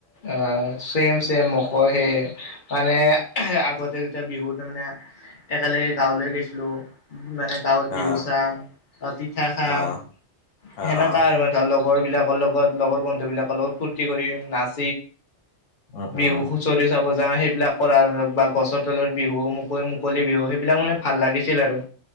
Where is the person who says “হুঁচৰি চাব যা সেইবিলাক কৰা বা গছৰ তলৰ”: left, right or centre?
Left